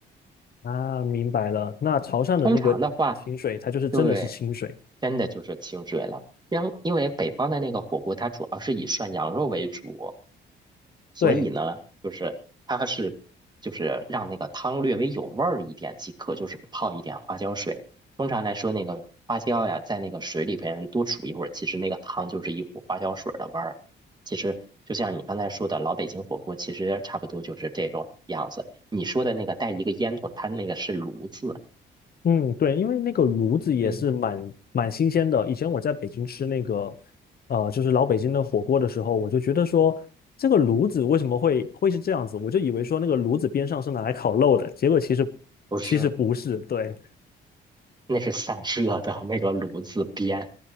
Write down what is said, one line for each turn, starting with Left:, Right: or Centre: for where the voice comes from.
Left: 啊，明白了，那潮汕的那个清水，
Right: 通常的话，
Left: 它就是真的是清水，
Right: 对，真的就是清水了。因因为北方的那个火锅，它主要是以涮羊肉为主。所以呢，
Left: 对，
Right: 就是它是就是让那个汤略微有味儿一点即可，就是泡一点花椒水。通常来说，那个花椒呀，在那个水里边多煮一会儿，其实那个汤就是一股花椒水儿的味儿。其实就像你刚才说的，老北京火锅其实差不多就是这种样子。你说的那个带一个烟筒，它那个是炉子，
Left: 嗯，对，因为那个炉子也是蛮蛮新鲜的。
Right: 嗯，
Left: 以前我在北京吃那个，呃，就是老北京的火锅的时候，我就觉得说，这个炉子为什么会会是这样子？我就以为说那个炉子边上是拿来烤肉的，结果其实
Right: 不是，
Left: 其实不是。对，
Right: 那是散热的那个炉子边